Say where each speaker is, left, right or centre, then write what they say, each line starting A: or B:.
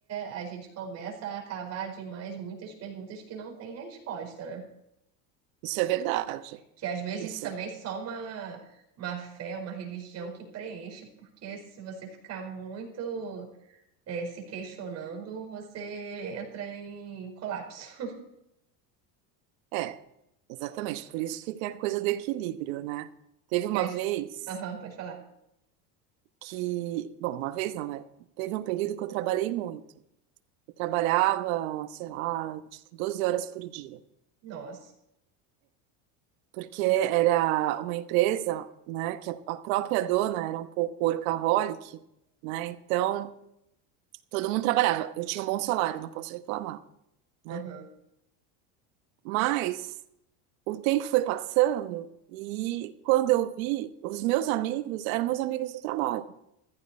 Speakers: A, on the right; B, on the right.
A: a gente começa a cavar demais muitas perguntas que não têm resposta, né?
B: Isso é verdade.
A: Que às vezes
B: Isso
A: também só uma, uma fé, uma religião que preenche, porque se você ficar muito eh, se questionando, você entra em colapso. <laughs>
B: é, exatamente. Por isso que tem a coisa do equilíbrio, né? Teve uma
A: E as...
B: vez
A: Aham, pode falar.
B: que, bom, uma vez não, né? Teve um período que eu trabalhei muito. Eu trabalhava, sei lá, tipo 12 horas por dia,
A: Nossa.
B: porque era uma empresa, né, que a a própria dona era um pouco workaholic, né? Então, todo mundo trabalhava. Eu tinha um bom salário, não posso reclamar, né?
A: Aham.
B: Mas o tempo foi passando e quando eu vi, os meus amigos eram meus amigos do trabalho.